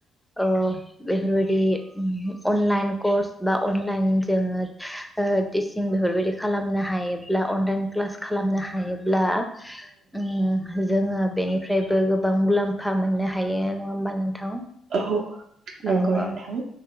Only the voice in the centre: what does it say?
ओ बेफोरबायदि <inaudible> अनलाइन कर्स बा अनलाइन जोङो ओ टि सिं बेफोरबायदि खालामनो हायोब्ला अनलाइन क्लास खालामनो हायोब्ला उम जोङो बेनिफ्राय बो गोबां मुलाम्फा मोननो हायो। नङा होमबा नोंथां?
औ
औ